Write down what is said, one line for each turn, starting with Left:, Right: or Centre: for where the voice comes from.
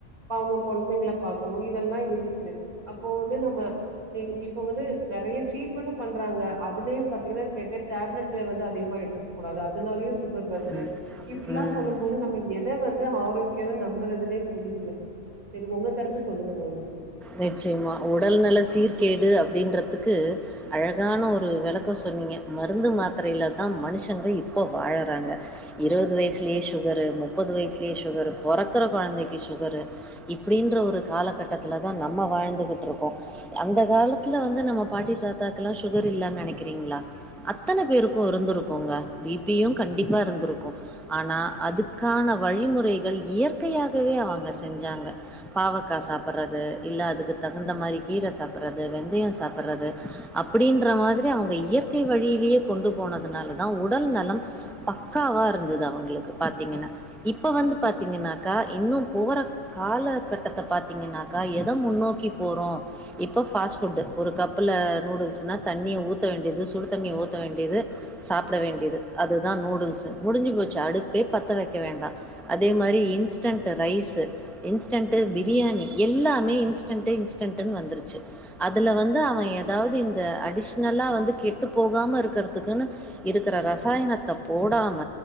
Right: அவங்க கொழந்தைங்கள பா இதெல்லா இருக்குது அப்போ வந்து நம்ம இப்போ வந்து நெறைய ட்ரீட்மெண்டு பண்றாங்க அதுலயு பாத்தீங்கன்னா கேட்ட டேப்லெட் வந்து அதிகமா எடுத்துக்க கூடாது அதுனாலயு சுகர் வருது
Centre: ம்
Right: இப்டில்லா
Centre: ம்
Right: சொல்லு போது நம்ம எ எத வந்து ஆரோக்கியம்னு நம்புறதுனே புரியல செரி உங்க கருத்த சொல்லுங்க தோழி
Centre: நிச்சயமா உடல் நல சீர்கேடு அப்டின்றதுக்கு அழகான ஒரு வெளக்கோ சொன்னீங்க மருந்து மாத்திரைல தா மனுஷங்க இப்போ வாழறாங்க இருவது வயசுலேயே சுகரு முப்பது வயசுலயே சுகர் பொறக்குற கொழந்தைக்கு சுகரு இப்டின்ற ஒரு காலகட்டத்தில தா நம்ம வாழ்ந்துட்டு இருக்கோ அந்த காலத்துல வந்து நம்ம பாட்டி தாத்தாக்கு எல்லா சுகர் இல்லன்னு நெனைக்கிறீங்களா அத்தன பேருக்கு இருந்திருக்குங்க பி பியு கண்டிப்பா இருந்திருக்கு ஆனா அதுக்கான வழிமுறைகள் இயற்கையாகவே அவங்க செஞ்சாங்க பாவக்கா சாப்டுறது இல்ல அதுக்கு தகுந்த மாரி கீர சாப்டுறது வெந்தயோ சாப்டுறது அப்டின்ற மாரி அவங்க இயற்கை வழியிலேயே கொண்டு போனதுனாலதா உடல் நலம் பக்காவா இருந்தது அவங்களுக்கு பாத்தீங்கன்னா இப்ப வந்து பாத்தீங்கன்னாக்கா இன்னு போற காலகட்டத்த பாத்திங்கனாக்கா எத முன்னோக்கி போறோ இப்போ ஃபாஸ்ட் ஃபுட்டு் ஒரு கப்புல நூடுல்ஸ்ன்னா தண்ணிய ஊத்த வேண்டியது சுடு தண்ணிய ஊத்த வேண்டியது சாப்பிட வேண்டியது அதுதா நூடுல்ஸ்ஸு முடிஞ்சு போச்சு அடுப்பே பத்த வைக்க வேண்டா அதே மாரி இன்ஸ்டன்ட் ரைஸு இன்ஸ்டன்டு பிரியாணி எல்லாமே இன்ஸ்டன்டு இன்ஸ்டன்டுனு வந்துருச்சு அதுல வந்து அவ ஏதாவது இந்த அடிஷ்னலா வந்து கெட்டு போகாம இருக்குறதுக்குன்னு இருக்குற ரசாயனத்த போடாம